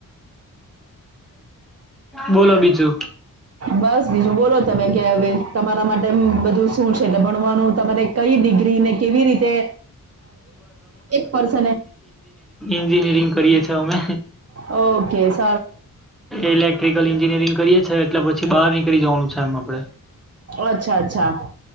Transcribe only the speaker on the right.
બસ બીજું બોલો તમે કે હવે તમારા માટે બધું શું છે એટલે ભણવાનું તમારે કઈિગ ને કેવી રીતે એક પસ
ઓકે સ
અચ્છા અચ્છા